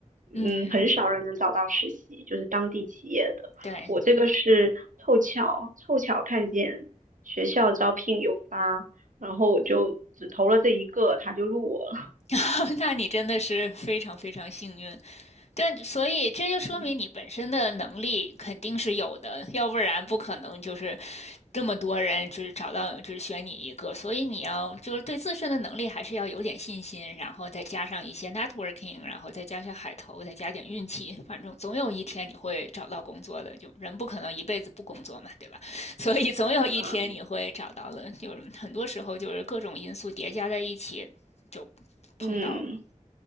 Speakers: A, on the left; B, on the right.
A: 嗯，
B: 嗯，很少人能找到实习，就是当地企业的。
A: 对，
B: 我这个是凑巧，凑巧看见学校招聘有发，然后我就只投了这一个，他就录我了。
A: <laughs> 那你真的是非常非常幸运。对，所以这就说明你本身的能力肯定是有的，
B: 嗯
A: 要不然不可能就是这么多人就是找到只选你一个。所以你要就是对自身的能力还是要有点信心，然后再加上一些 networking，然后再加上海投，再加点运气，反正总有一天你会找到工作的。就人不可能一辈子不工作嘛，对吧？<laughs> 所以总有一天你会找到的。
B: 嗯。
A: 就是很多时候就是各种因素叠加在一起，就碰到了。
B: 嗯。